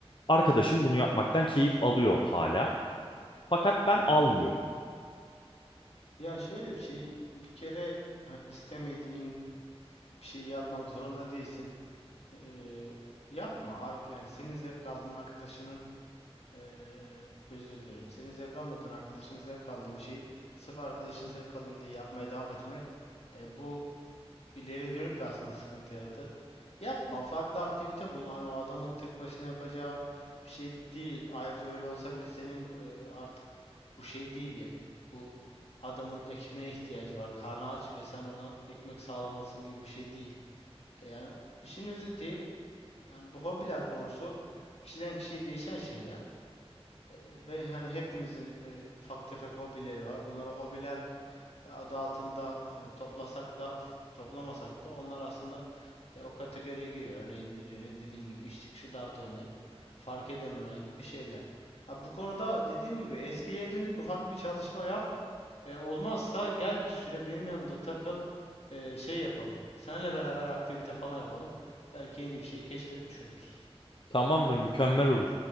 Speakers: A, on the left; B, on the left.
A: Arkadaşım bunu yapmaktan keyif alıyor hala. Fakat ben almıyorum.
B: anladım. Ya şöyle bir şey bir kere yani istemediğin bir şey yapmak zorunda değilsin. Ee, yapma. Ar- Yani senin zevk aldığın arkadaşının Ee, özür dilerim. Senin zevk almadığın arkadaşının zevk aldığı bir şeyi sırf arkadaşın zevk alıyor diye yapmaya devam etmek e, bu ileri dönük de aslında sıkıntı yaratır. Yapma. Farklı aktivite bul. Hani o adamın tek başına yapacağı bir şey değil. Ayrıca öyle olsa bile senin e, artık bu şey değil yani. Bu adamın ekmeğe ihtiyacı var. Karnı aç ve sen ona ekmek sağlamasın gibi bir şey değil. E, yani işin özeti yani bu hobiler konusu kişiden kişiye değişen şeyler. Eee, ve hani hepimizin eee, ufak tefek hobileri var. Bunlara hobiler adı altında hani toplasak da toplamasak da onlar aslında e, o kategoriye giriyor. Örneğin birinin dediğin gibi iş çıkışı dart oynayıp fark edememen gibi şeyler. Ya bu konuda dediğim gibi eskiye dönük ufak bir çalışma yap. E, olmazsa gel bir süre benim yanımda takıl. E, şey yapalım. Seninle beraber aktivite falan yapalım. Belki yeni bir şey keşfetmiş oluruz.
A: Tamamdır, mükemmel olur.